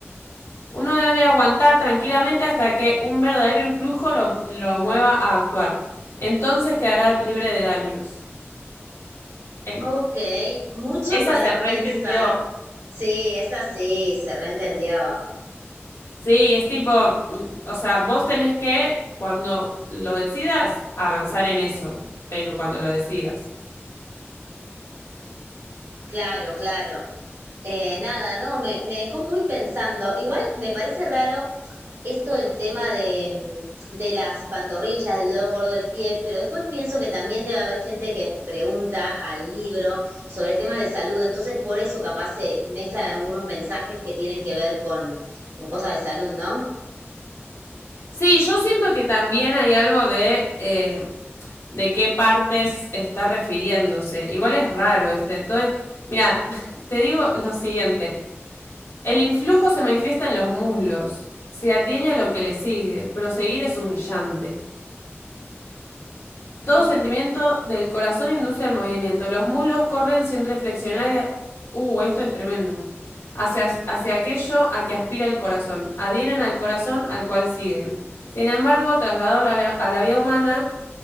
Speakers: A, on the left; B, on the right.
A: Uno debe aguantar tranquilamente hasta que un verdadero influjo lo, lo mueva a actuar. Entonces quedará libre de daños. En-
B: Ok, mucho
A: Esa
B: para
A: se reentendió.
B: pensar. Sí, es así, se reentendió.
A: Sí, es tipo, mm, o sea, vos tenés que, cuando lo decidas, avanzar en eso, pero cuando lo decidas.
B: Claro, claro. Eh, nada, no, me, me dejó muy pensando. Igual me parece raro esto del tema de, mm, de las pantorrillas, del dedo gordo del pie, pero después pienso que también debe haber gente que pregunta al libro sobre temas de salud, entonces por eso capaz se mezclan algunos mensajes que tienen que ver con, con cosas de salud, ¿no?
A: Sí, yo siento que también hay algo de, eh, de qué partes está refiriéndose. Igual es raro este, todo es- Mira, <laughs> te digo lo siguiente. El influjo se manifiesta en los muslos. Se atiene a lo que le sigue. Proseguir es humillante.
B: Mm,
A: Todo sentimiento del corazón induce al movimiento. Los muslos corren sin reflexionar. Uh, esto es tremendo. Hacia, hacia aquello a que aspira el corazón. Adhieren al corazón al cual siguen. Sin embargo, trasladado a la, a la vida humana,